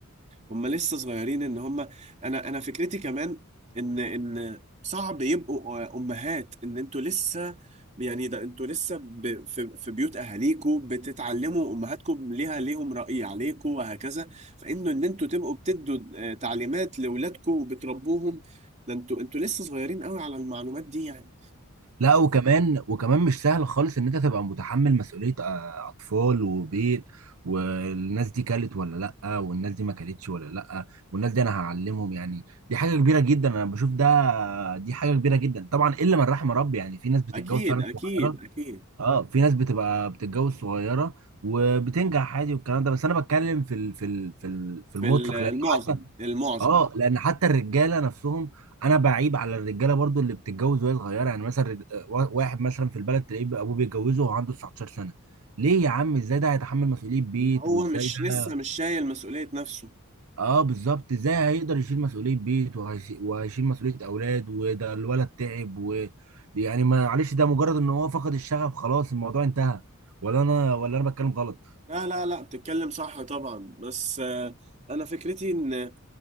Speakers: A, on the right (about 30°); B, on the right (about 70°).
A: هم لسه صغيرين ان هم انا انا فكرتي كمان ان ان صعب يبقوا آه، امهات ان انتوا لسه يعني ده انتوا لسه ب... في في بيوت اهاليكم بتتعلموا امهاتكم ليها ليهم رأي عليكم وهكذا فانه ان انتوا تبقوا بتدوا آه، تعليمات لاولادكم وبتربوهم ده انتوا انتوا لسه صغيرين قوي على المعلومات دي يعني
B: لا وكمان وكمان مش سهل خالص ان انت تبقى متحمل مسؤولية آه، اطفال وبيت والناس دي كلت ولا لا والناس دي ما كلتش ولا لا والناس دي انا هعلمهم يعني دي حاجة كبيرة جدا انا بشوف ده دي حاجة كبيرة جدا طبعا الا من رحم ربي يعني في ناس بتتجوز
A: فاكيد
B: فعلا
A: اكيد
B: صغيرة
A: اكيد
B: اه في ناس بتبقى بتتجوز صغيرة وبتنجح عادي والكلام ده بس انا بتكلم في ال في ال في ال- في
A: في
B: المطلق
A: ال- المعظم
B: لان حتى
A: المعظم
B: اه لان حتى الرجاله نفسهم انا بعيب على الرجاله برضو اللي بتتجوز وهي صغيره يعني مثلا رج... آه، وا- واحد مثلا في البلد تلاقيه بقى ابوه بيتجوزه وهو عنده 19 سنه ليه يا عم ازاي ده هيتحمل مسؤوليه بيت
A: هو
B: وازاي
A: مش
B: ده
A: لسه
B: <laughs>
A: مش شايل مسؤولية نفسه
B: اه بالظبط ازاي هيقدر يشيل مسؤوليه بيت وهيشي... وهيشيل مسؤوليه اولاد وده الولد تعب و يعني معلش ده مجرد ان هو فقد الشغف خلاص الموضوع انتهى ولا انا ولا انا بتكلم غلط
A: لا لا لا بتتكلم صح طبعا بس آه، انا فكرتي ان